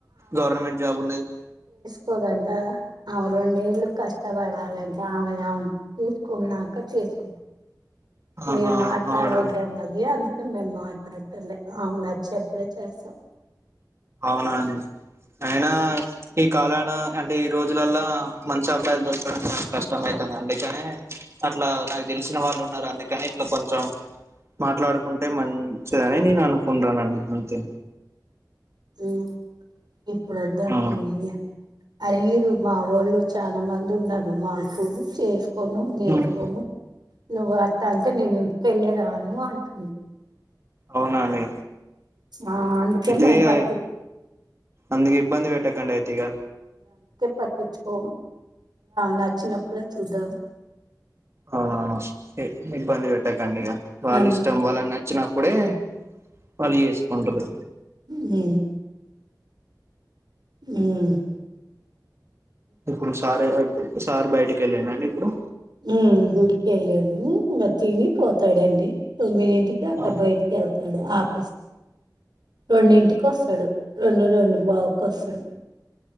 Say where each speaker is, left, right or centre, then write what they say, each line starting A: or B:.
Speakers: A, on the right (about 35°); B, on the right (about 70°).
A: గవర్నమెంట్ జాబ్ ఉన్నది
B: కో దంట ఆమె రెండేళ్లు కష్టపడ లంట ఆమెది ఆమె చుసుకున్నాక చేసుకుంట
A: ఆహా
B: మీరు మాట్లాడొద్దు
A: అవునా
B: అన్నది అందు కె మేమ్ మాట్లాడతలే ఆమెక్ నచ్చేప్పుడే చేస్తం
A: అవునా అండి అయినా ఈ కాలాన అంటే ఈ రోజులల్లా మంచి అబ్బాయిలు దొరకడం చాన కష్టం అయితది అందుకని అట్ల నాక్ తెలిశిన వాళ్ళు ఉన్నారు అందుకని ఇట్ల కొంచెం మాట్లడుకుంటే మంచిదని నేను అనుకుంటాన అంతే
B: ఉ ఇప్పుడు వద్దు అంటుంది
A: ఆ
B: గా అడిగిరు మాఒళ్ళు చాలా మంది ఉన్నరు మాకు చేస్ కొను చేసుకోను
A: ఉమ్,
B: నువ్వు అట్ల అంటె నేన్ ఇంటికెళ్లిరాను అంటుంది
A: అవునాఅండి
B: ఆ అందుకే
A: అయితే
B: మేము పట్టి
A: ఆ అందుకె ఇబ్బంది ఏట్టకండి అయితే ఇగ
B: పట్టించుకోమ్ నచ్చినప్పుడే చుద్దాం
A: అవునవును ఇబ్బంది పెట్టకండి ఇగ వాళ్ళ
B: అందుకే
A: ఇష్టం వాళ్ళక్ నచ్చినప్ ప్పుడే మళ్ళీ చేసుకుంటరు
B: మ్ మ్మ్
A: ఇప్పుడు సార్ సార్ బయటికేళిండండి ఇప్పుడు
B: ఉమ్మ్ గుడికెలాడు తిని పోతాడండి తొమ్మిదింటికి
A: అవునా
B: అట బయటికెళ్తాడు ఆఫీస్ రెండింటికి ఒస్తడు రెండు రెండు బావ్ క్ ఒస్తడు